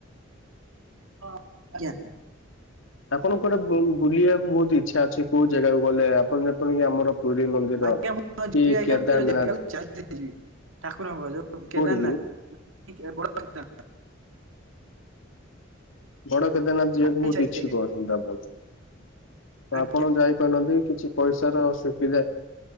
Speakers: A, on the right (about 80°); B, on the left (about 75°).
A: ହ ଆଜ୍ଞା।
B: ଆପଣଙ୍କୁ କୁଆଡେ ବୁଲିବାକୁ ବହୁତ ଇଚ୍ଛା ଅଛି, କୋଉ ଜାଗାକୁ ଗଲେ ଆପଣ ଯେପରିକି ଆମର ପୁରୀ ମନ୍ଦିର
A: ଆଜ୍ଞା ମୁଁ-କ
B: କି
A: ଯିବି ଆଜ୍ଞା
B: କେଦାରନାଥ
A: <inaudible> ଠାକୁରଙ୍କ ଯୋଉ
B: କୋଉଠିକି
A: କେଦାରନାଥ। <inaudible>
B: ବଡ଼ କେଦାରନାଥ ଯିବାକୁ
A: ଭାରି
B: ବହୁତ
A: ଇଚ୍ଛା ଅଛି
B: ଇଚ୍ଛୁକ
A: ଆଜ୍ଞା।
B: ଅଛନ୍ତି, ଆପଣ?
A: ଆଜ୍ଞା।
B: ଆପଣ ଯାଇପାରୁନାନନ୍ତି କିଛି ପଇସାର ଅସୁବିଧା-